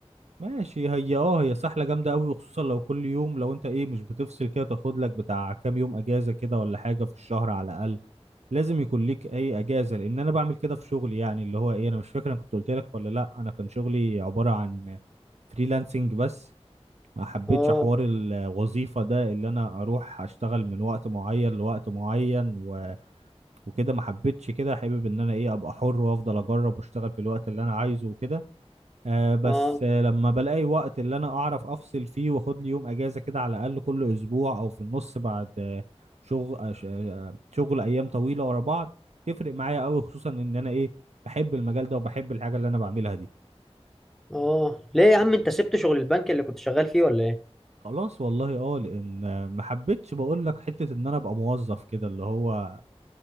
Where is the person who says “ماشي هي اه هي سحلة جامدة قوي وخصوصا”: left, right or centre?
Right